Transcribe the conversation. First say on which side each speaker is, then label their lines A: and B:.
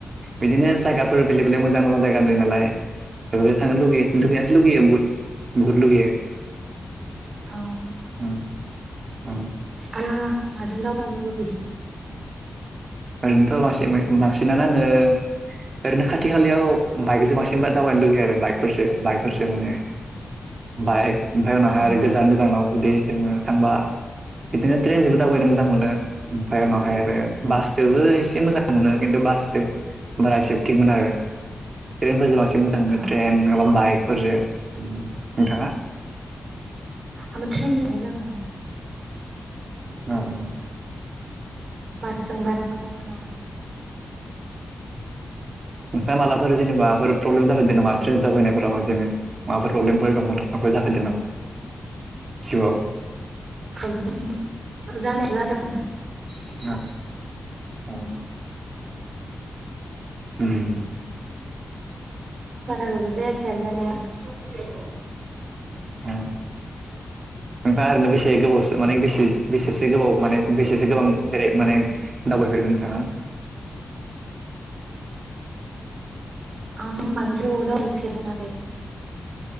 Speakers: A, on the right; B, on the right.
A: बिदिनो जायगाफोर बेलेग बेलेग मोजां मोजां जायगा नुयो नालाय। बेफोरखो थांनो लुबैयो <unintelligible> लुगैयो बुहुत बुहुत लुगैयो।
B: <unintelligible>
A: <inaudible> ईम।
B: आरो माजों दावबायनो लुबैयो।
A: ओरैनोथ लासिमो। बांसिनानो आङो ओरैनो खाथि खालायाव बाइकजों बांसिन दावबायनो लुुबैयो आरो बाइकफोरसो बाइकफोरसो माने बाइक ओमफ्राय उनावहाय
B: औ
A: आरो गोजान गोजानाव जुदि जोङो थांबा बिदिनो ट्रेनजोंबो दावबायनो मोजां मोनो ओमफ्राय उनावहाय आरो बास। जोबो इसे मोजां मोनो खिन्थु बासजों बारा सेफटिगोन आरो ट्रेनफोरजों बांसिन मोजां मोनो
B: औ
A: ट्रेन नङा बाइकफोरजों नोंथाङा।
B: आंबै ट्रेनजों मोजां मोनो।
A: उम।
B: बास। जों बारा मोजां नाङा।
A: नोंथाङा मालाफोर जेनेबाफोर प्रब्लेम जाफेरदों नामा ट्रेन्स दावफैनायफोराव बिदिनो माबाफोर प्रब्लेमफोर दंमोन माबफोर जाफैदों नामा जिउआव।
B: प्रब्लेम जानाया जादोंमोन।
A: औ औ। उम।
B: बारा गोबावजायाखै आरो जानाय।
A: नोंथाङा ओरैनो बेसे गोबावसो माने बेसे बेसेसो गोबाव माने बेसेसो गोबां बेेराय माने दावबाय फेरखो नोंथाङा‌
B: उम बांद्राय अरदाव हैफेर मोनाखै।